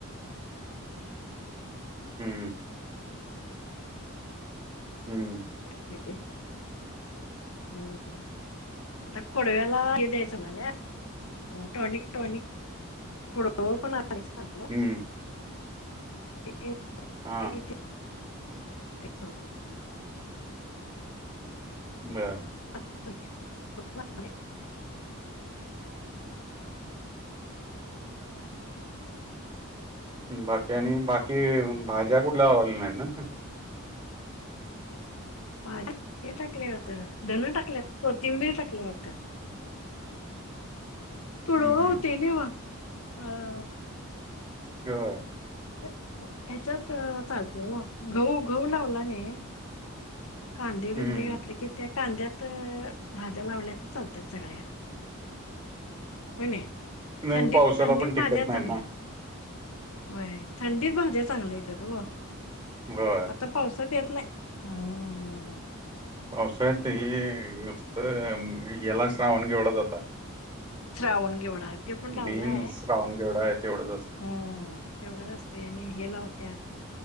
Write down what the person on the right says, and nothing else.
हम्म. हम्म.
हम्म.
हा
बरं.
बाकी आणि? बाकी भाज्या कुठल्या लावल्या नाही ना?
हम्म हम्म <unintelligible>
हम्म
नाही
पावसाला
पण टिकत
नाही
ना
होय
पावसाळ्यात हे नूस्त येला श्रावण घेवढाच होता.
बीन श्रावण घेवडा आहे तेवढंच असतं